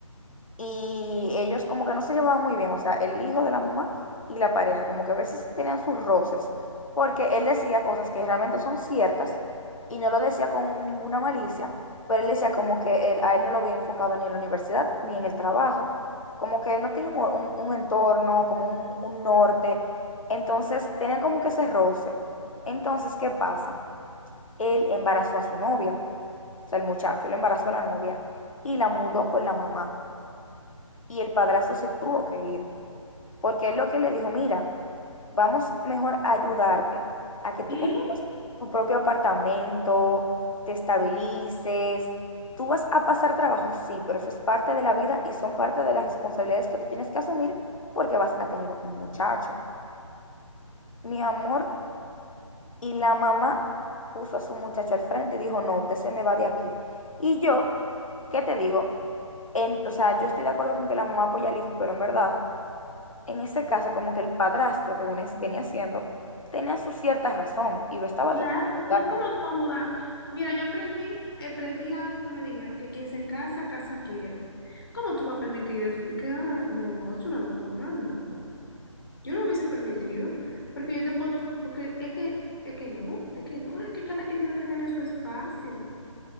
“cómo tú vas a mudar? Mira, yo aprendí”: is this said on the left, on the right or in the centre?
Left